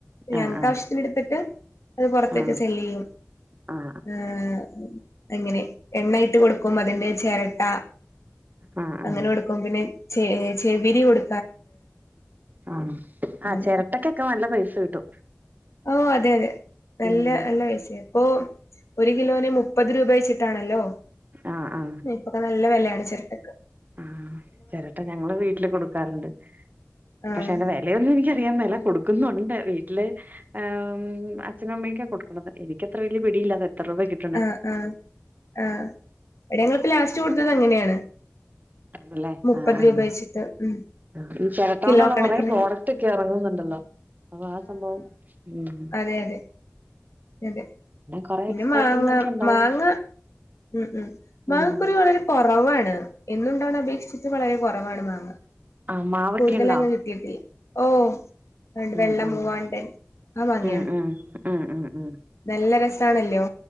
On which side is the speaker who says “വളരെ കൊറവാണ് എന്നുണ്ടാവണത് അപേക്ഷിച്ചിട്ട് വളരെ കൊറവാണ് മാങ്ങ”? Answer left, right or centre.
Left